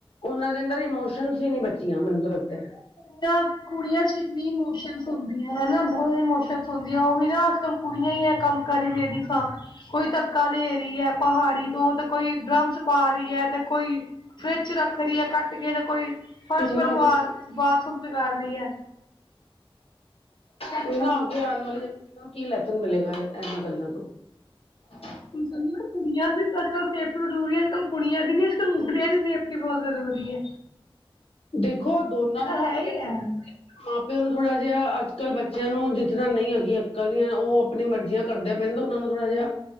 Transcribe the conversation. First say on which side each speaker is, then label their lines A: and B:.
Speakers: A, on the left; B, on the left.
A: ਉਨਾਂ ਦੇ ਅੰਦਰ ਇਮੋਸ਼ਨਸ ਈ ਨੀ ਬਚੀਆਂ ਮੈਨੂੰ ਤਾਂ ਲੱਗਦਾ ਐ।
B: ਕੁੜੀਆਂ ਕੁੜੀਆਂ 'ਚ ਕਿੰਨੀ ਇਮੋਸ਼ਨਜ ਹੁੰਦੀ ਹੈਨਾ ਬੋਹ ਇਮੋਸ਼ਨਜ ਹੁੰਦੀ ਉਹੀ ਨਾ ਅੱਜ-ਕੱਲ ਕੁੜੀਆਂ ਈ ਐ ਕੰਮ ਕਰ ਲੇਡੀਸਾ ਕੋਈ ਧੱਕਾ ਦੇ ਰੀ ਐ ਪਹਾੜੀ ਤੋਂ 'ਤੇ ਕੋਈ ਡਰਮ 'ਚ ਪਾ ਰੀ ਐ ਤੇ ਕੋਈ ਫਰਿਜ਼ 'ਚ ਰੱਖ ਰੀ ਐ ਕੱਟ ਕੇ 'ਤੇ ਕੋਈ ਫਰਸ਼
A: ਕਿੰਨਾ
B: ਬਣਵਾ
A: ਕੁ-
B: ਬਾਥਰੂਮ ਚ ਕਰ ਰੀ ਐ, ਕੈਂਦੇ
A: ਕੋਈ
B: ਨਾ‌
A: ਨਾ
B: ਅੱਜ-ਕੱਲ
A: ਅੱਗੇ ਆਉਣ ਵਾਲੀ ਜਨਰੇਸ਼ਨ ਕੀ ਲੈਸਨ ਮਿਲੇਗਾ ਐਨਾਂ ਗੱਲਾਂ ਤੋਂ। <inaudible>
B: ਕੈਂਦੇ ਨਾ ਕੁੜੀਆਂ ਦੀ ਅੱਜ-ਕਲ ਸੇਫਟੀ ਜ਼ਰੂਰੀ ਅੱਜ-ਕਲ ਕੁੜੀਆਂ ਦੀ ਨੀ ਅੱਜ-ਕਲ ਮੁੰਡਿਆਂ ਦੀ ਸੇਫਟੀ ਬੋ ਜ਼ਰੂਰੀ ਐ।
A: ਦੇਖੋ ਦੋਨਾਂ ਨੂੰ
B: ਹੈ
A: ਜੇ
B: ਹੀ
A: ਅਸੀਂ
B: ਹੈ
A: ਮਾਂ ਪਿਓ ਨੂੰ ਥੋੜਾ ਜੇਆ ਅੱਜ-ਕਲ ਬੱਚਿਆਂ ਨੂੰ ਜਿਸ ਤਰਾਂ ਨਈ ਹੈਗੀ ਅੰਕਲ ਨੀ ਆ ਓ ਆਪਣੀ ਮਰਜ਼ੀਆਂ ਕਰਦਿਆਂ ਪਏ ਨੇ, ਤਾਂ ਉਹਨਾਂ ਨੂੰ ਥੋੜਾ ਜਿਹਾਂ